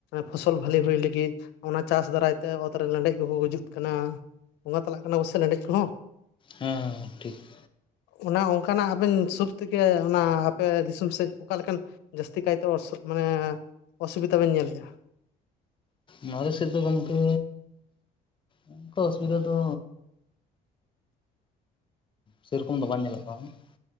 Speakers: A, on the left; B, on the left.
A: ᱯᱷᱚᱥᱚᱞ ᱵᱷᱟᱹᱞᱤ ᱦᱩᱭ ᱞᱟᱹᱜᱤᱫ ᱚᱱᱟ ᱪᱟᱥ ᱫᱟᱨᱟᱭᱛᱮ ᱚᱛᱨᱮ ᱞᱮᱸᱰᱮᱡ ᱠᱚᱠᱚ ᱜᱩᱡᱩᱫ ᱠᱟᱱᱟ ᱾ ᱵᱚᱸᱜᱟ ᱛᱟᱞᱟᱜ ᱠᱟᱱᱟ ᱠᱚᱥᱮ ᱞᱮᱸᱰᱮᱡ ᱠᱚᱦᱚᱸ ᱾
B: ᱦᱮᱸ ᱦᱮᱸ ᱦᱮᱸ ᱴᱷᱤᱠ ᱾
A: ᱚᱱᱟ ᱚᱝᱠᱟᱱᱟᱜ ᱟᱵᱮᱱ ᱥᱩᱵᱛᱮᱠᱮ ᱚᱱᱟ ᱟᱯᱮ ᱫᱤᱥᱚᱢ ᱥᱮᱜ ᱚᱠᱟᱞᱮᱠᱟᱱ? ᱡᱟᱹᱥᱛᱤ ᱠᱟᱭᱛᱮ ᱚᱨᱥᱚᱜ ᱢᱟᱱᱮ ᱚᱥᱩᱵᱤᱫᱟ ᱵᱮᱱ ᱧᱮᱞᱮᱜᱼᱟ?
B: ᱱᱚᱣᱟᱨᱮ ᱥᱮᱫ ᱫᱚ ᱜᱚᱢᱠᱮᱼᱼ ᱚᱝᱠᱟ ᱚᱥᱵᱤᱫᱟ ᱫᱚ ᱥᱮᱨᱚᱠᱚᱢ ᱫᱚ ᱵᱟᱝ ᱧᱮᱞᱚᱜ ᱠᱟᱱᱟ ᱾